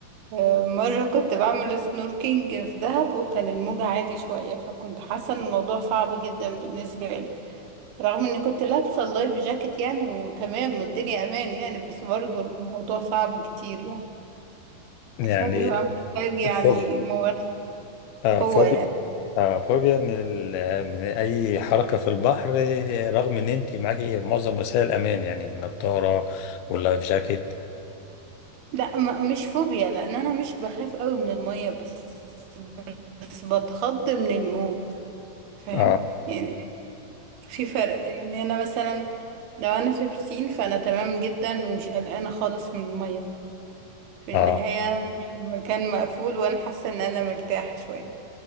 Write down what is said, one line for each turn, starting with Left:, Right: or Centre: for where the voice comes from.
Right: آه، مرة كنت بعمل سنوركينج في دهب وكان الموج عالي شوية فكنت حاسة ان الموضوع صعب جدا بالنسبة لي رغم اني كنت لابسة اللايف جاكيت يعني وتمام والدنيا امان يعني بس برضه الموضوع صعب كتير يعني
Left: يعني
Right: فبيبقى محتاج يعني
Left: فوبيا
Right: ممارسة
Left: اه
Right: قوة
Left: فوبيا
Right: يعني
Left: آه، فوبيا من ال- من اي حركه في البحر آه، رغم ان انت معاكي معظم وسائل الامان يعني النضاره واللايف جاكيت
Right: لا م- مش فوبيا لان انا مش بخاف قوي من المية بس بس بتخض من الموج فاهم
Left: اه
Right: يعني في فرق يعني انا مثلا لو انا في بسين فانا تمام جدا ومش قلقانه خالص من الميه في
Left: اه
Right: النهايه ده مكان مقفول وانا حاسه ان انا مرتاحه شويه